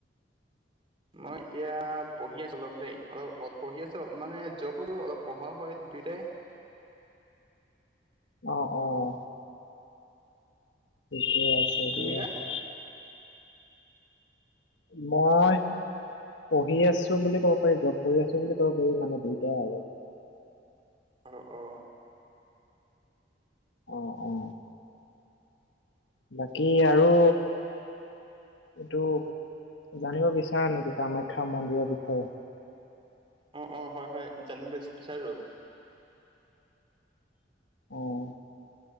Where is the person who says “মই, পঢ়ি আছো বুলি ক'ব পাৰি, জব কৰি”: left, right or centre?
Left